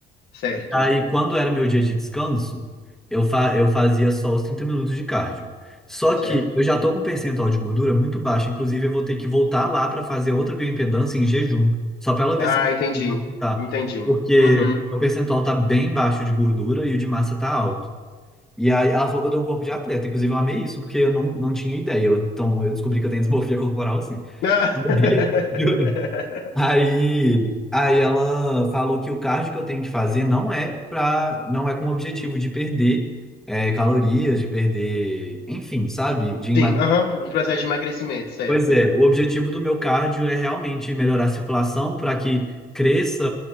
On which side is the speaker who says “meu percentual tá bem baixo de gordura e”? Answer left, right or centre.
Centre